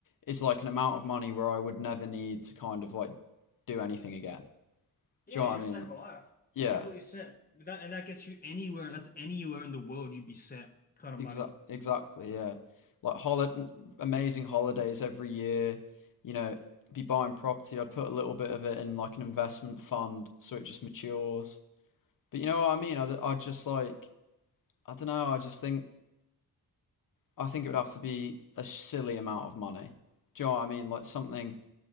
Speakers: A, on the left (about 55°); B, on the left (about 25°).
A: is like an amount of money where I would never need to kind of like do anything again.
B: Yeah,
A: Do you know
B: you're
A: what I mean?
B: set for life.
A: Yeah.
B: You're completely set. That and that gets you anywhere. That's anywhere in the world you'd be set kind of
A: Exact,
B: money.
A: exactly, yeah. Like holiday, amazing holidays every year. You know, be buying property. I'd put a little bit of it in like an investment fund so it just matures. But you know what I mean? I'd, i would just like, I don't know. I just think, I think it would have to be a silly amount of money. Do you know what I mean? Like something,